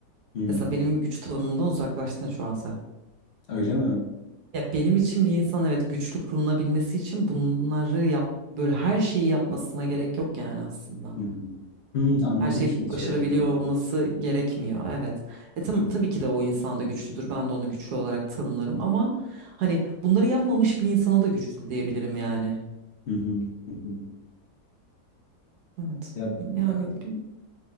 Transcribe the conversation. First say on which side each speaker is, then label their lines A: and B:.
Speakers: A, on the left; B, on the right.
A: Hmm,
B: Mesela benim güç tanımımdan uzaklaştın şu an sen.
A: Öyle mi?
B: Ya benim için bir insan evet güçlü kılınabilmesi için bunları yap böyle her şeyi yapmasına gerek yok yani aslında.
A: Hı hı. Hmm, anladım
B: Her şeyi
A: şimdi
B: başarabiliyor
A: söylediğini.
B: olması gerekmiyor. Evet. E tam,
A: Hı hı,
B: tabii ki de o insan da güçlüdür. Ben de onu güçlü olarak tanımlarım ama hani bunları yapmamış bir insana da güçlü diyebilirim yani.
A: hı hı, hı hı.
B: Evet.
A: Ya,
B: Yani
A: e,